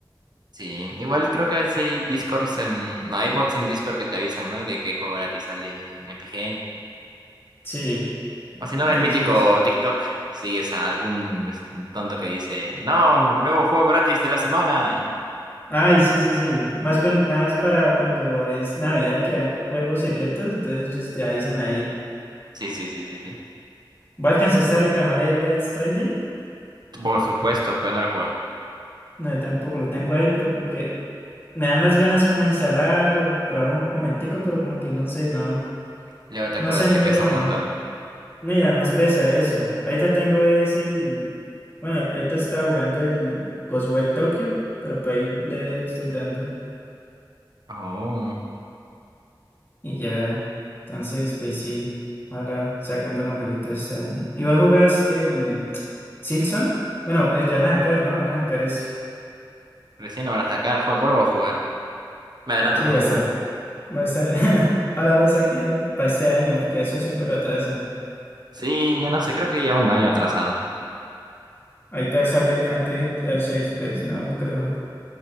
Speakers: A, on the right (about 60°); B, on the left (about 30°).
A: Sí, igual creo que a veces hay Discords en... No, hay bots en Discord que te avisan, ¿no? De qué juego gratis sale en Epic Games.
B: Sí,
A: O si no,
B: entonces.
A: el mítico TikTok, sigues a algún es- tonto que dice, no, un nuevo juego gratis de la semana. y-
B: Ay, sí, sí, sí. Más, cuen- más para cuando es Navidad que dan juegos secretos, entonces ellos te avisan ahí.
A: Sí, sí, sí, sí, sí.
B: ¿Voy a alcanzar a reclamar el Death Stranding?
A: Por supuesto, pero no lo he jugado.
B: No, yo tampoco lo tengo ahí, pero como que me dan las ganas como de instalarlo, probar un momentico, pero como que no sé, no,
A: Luego te
B: no
A: acuerdas
B: sé, no
A: que
B: me
A: pesa
B: llama.
A: un montón.
B: No, y además pesa eso. Ahorita tengo es el, bueno, ahorita estaba jugando el Ghostwire Tokyo, pero por ahí le estoy dando.
A: Oh,
B: Y ya, entonces, pues sí, ojalá saquen buenos jueguitos este año. Igual jugás el <tsk> Silksong, bueno, el que van a sacar, ¿no? Van a sacar ese.
A: recién lo van a sacar, joven, ¿cómo lo voy a jugar? Me adelanto
B: Sí,
A: el futuro.
B: ya está. Va a estar. <laughs> Ojalá lo saquen para este año, porque eso siempre lo atrasan.
A: Sí, ya no sé, creo que lleva un año atrasado.
B: Ahorita sale antes G T a seis pues no lo creo.